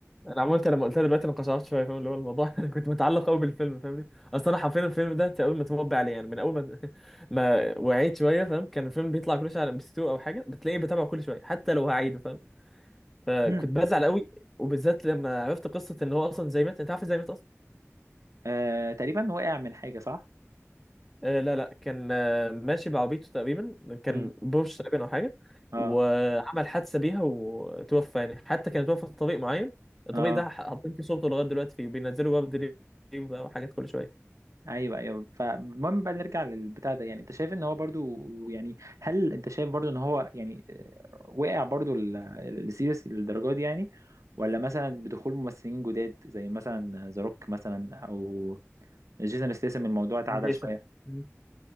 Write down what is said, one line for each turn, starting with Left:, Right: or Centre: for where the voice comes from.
Centre: انا عملت لما قلتها دلوقتي انا قشعرت شويه فاهم اللي هو الموضوع <laughs> انا كنت متعلق قوي بالفيلم فاهمني اصلا انا حرفيا الفيلم ده تقريبا متربي عليه يعني من اول ما <laughs> ما وعيت شويه فاهم كان الفيلم بيطلع كل شويه على ام بي 2 او حاجه بتلاقيه بتابعه كل شويه حتى لو هعيده فاهم فكنت
Right: مم.
Centre: بزعل قوي وبالذات لما عرفت قصه ان هو اصلا زي مات انت عارف ازاي مات اصلا
Right: آه تقريبا وقع من حاجة صح
Centre: آه لا لا كان آه ماشي بعربيته تقريبا كان
Right: مم.
Centre: بورش تقريبا او حاجه
Right: اه
Centre: وعمل حادثه بيها وتوفى يعني حتى كان توفى في طريق معين الطريق
Right: اه
Centre: ده حاطين فيه صورته لغايه دلوقتي فيه وبينزلوا ورد ليه بقى وحاجات كل شويه
Right: ايوه ايوه فالمهم بقى نرجع للبتاع ده يعني انت شايف ان هو برضو يعني هل انت شايف برضو ان هو يعني آه، وقع برضو ال- ال- السيريس للدرجة دي يعني ولا مثلا بدخول ممثلين جداد زي مثلا ذا روك مثلا او جيسون ستاثام الموضوع اتعدل
Centre: من جيسون
Right: شوية
Centre: مم.